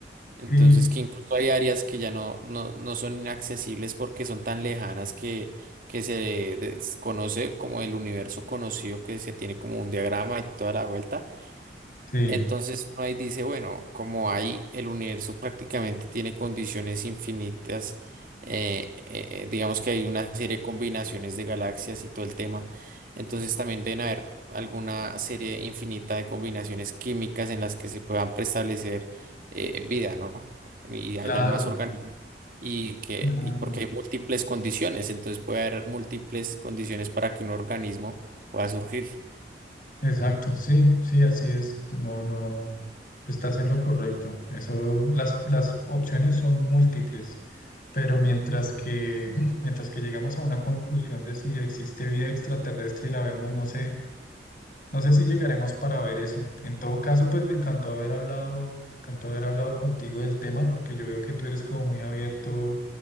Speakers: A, on the right (about 50°); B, on the left (about 50°).
A: Entonces,
B: sí,
A: que incluso hay áreas que ya no, no, no son inaccesibles porque son tan lejanas que, que se desconoce como el universo conocido, que se tiene como un diagrama y toda la vuelta.
B: sí,
A: Entonces uno ahí dice, bueno, como ahí el universo prácticamente tiene condiciones infinitas, eh, eh, digamos que hay una serie de combinaciones de galaxias y todo el tema, entonces también deben haber alguna serie infinita de combinaciones químicas en las que se puedan preestablecer eh, vida, ¿no? Y
B: claro,
A: hayan más organismos y que,
B: claro.
A: y porque hay múltiples condiciones, entonces puede haber múltiples condiciones para que un organismo pueda surgir.
B: Exacto, sí, sí, así es, no, no, estás en lo correcto, eso, las, las opciones son múltiples, pero mientras que, <clears throat> <laughs> mientras que llegamos a una conclusión de si existe vida extraterrestre y la vemos, no sé, No sé si llegaremos para ver eso. En todo caso, pues me encantó haber hablado, me encantó haber hablado contigo del tema, porque yo veo que tú eres como muy abierto